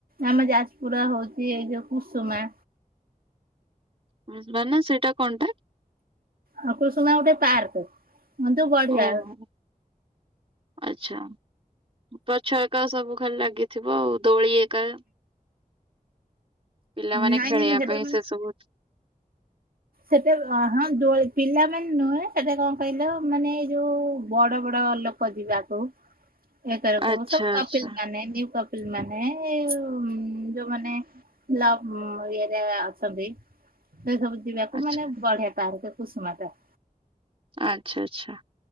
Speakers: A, on the right; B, on the right.
A: ଆମ ଯାଜପୁର ହଉଛି ଏଇ ଯୋଉ କୁସୁମା।
B: କୁସୁମା ନା ସେଇଟା କଣଟା?
A: ଆଉ କୁସୁମା ଗୋଟିଏ ପାର୍କ। ହଁ ତ ବଢିଆ।
B: ଓହୋ ଆଚ୍ଛା। ଗଛ ହେକା ସବୁ ଖାଲି ଲାଗିଥିବ ଆଉ। ଦୋଳି ଏକା, ପିଲାମାନେ
A: ନାଇଁ
B: ଖେଳିବା
A: ନାଇଁ ସେଟା
B: ପାଇଁ ସେସବୁ
A: ସେଟେ ହଁ ଦୋଳି ପିଲାମାନେ ନୁହେଁ, ସେଟେ କଣ କହିଲ ମାନେ ଏଇ ଯୋଉ ବଡ ବଡ ଲୋକ ଖୋଜିବାକୁ
B: <inaudible>
A: ଏ ତର କ
B: ଆଚ୍ଛା
A: ସବୁ କପିଲ
B: ଆଚ୍ଛା
A: ମାନେ ନ୍ୟୁ କପ ପିଲ ମାନେ ଏଇ ଯୋଉମାନେ ଲଭ ଇଏରେ ଅଛନ୍ତି ସେ ସବୁ ଯିବାକୁ
B: ଆଚ୍ଛା।
A: ମାନେ ବଢିଆ ପାର୍କ କୁସୁମାଟା।
B: ଆଚ୍ଛା ଆଚ୍ଛା।